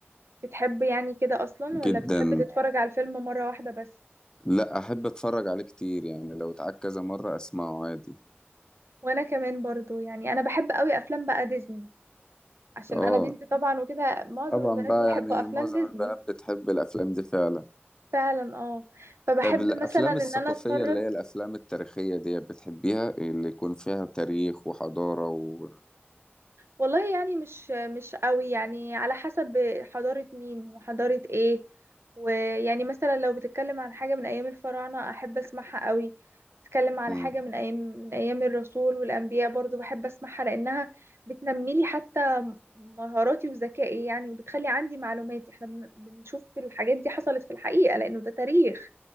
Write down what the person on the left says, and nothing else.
جدا
لا احب اتفرج عليه كتير يعني لو اتعاد كذا مرة اسمعه عادي
اه
طبعا
بقى
يعني
معظم
البنات بتحب الافلام دي فعلا
طب الافلام
الثقافية
اللي هي الافلام التاريخية دي بتحبيها اللي يكون فيها تاريخ وحضارة و
مم.